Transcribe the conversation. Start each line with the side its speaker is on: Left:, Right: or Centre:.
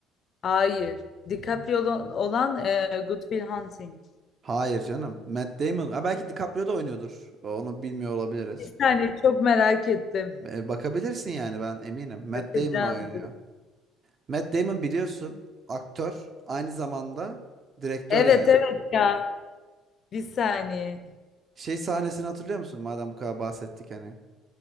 Left: Hayır. DiCaprio olan olan, e, Good Will Hunting.
Right: Hayır canım. Matt Damon. Ha, belki DiCaprio da oynuyordur. Onu bilmiyor olabiliriz.
Left: Bir saniye çok merak ettim.
Right: E, bakabilirsin yani ben eminim. Matt
Left: Bakacağım.
Right: Damon oynuyor. Matt Damon biliyorsun aktör. Aynı zamanda direktör
Left: Evet
Right: yani.
Left: evet ya. Bir saniye.
Right: Şey sahnesini hatırlıyor musun? Madem bu kadar bahsettik hani.